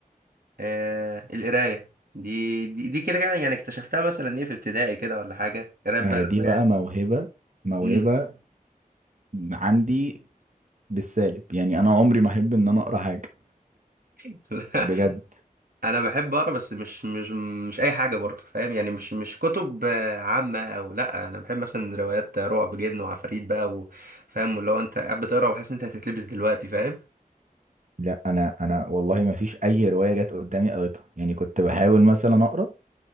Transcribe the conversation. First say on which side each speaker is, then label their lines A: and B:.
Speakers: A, on the right (about 75°); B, on the right (about 55°).
A: آه القراية دي دي, دي كده كده يعني اكتشفتها مثلا ايه في ابتدائي كده ولا حاجة قراية بقى
B: آه دي
A: الروايات
B: بقى موهبة موهبة
A: مم.
B: عندي بالسالب يعني انا عمري ما احب ان انا اقرا حاجة
A: <laughs>
B: بجد
A: انا بحب اقرا بس مش مش مش اي حاجة برضه فاهم يعني مش مش كتب آه، عامة او لا انا بحب مثلا روايات رعب جن وعفاريت بقى وفاهم اللي هو انت قاعد بتقرا وحاسس ان انت هتتلبس دلوقتي فاهم
B: لا انا انا والله ما فيش اي رواية جت قدامي قريتها يعني كنت بحاول مثلا اقرا